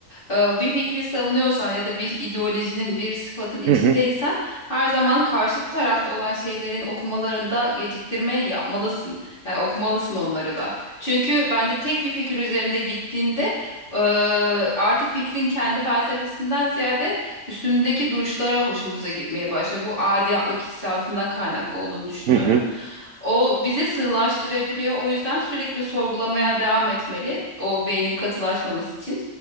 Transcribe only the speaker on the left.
Ee, bir fikri savunuyorsan ya da bir ideolojinin, bir sıfatın içindeysen
her zaman karşı tarafta olan şeylerin okumalarında geciktirme yapmalısın. Yani okumalısın onları da. Çünkü bence tek bir fikir üzerinde gittiğinde e, artık fikrin kendi felsefesinden ziyade Üstündeki duruşlara hoşumuza gitmeye başlıyor. Bu adiyatlık hissiyatından kaynaklı olduğunu düşünüyorum.
O bizi sığlaştırabiliyor. O yüzden sürekli sorgulamaya devam etmeli. O beynin katılaşmaması için.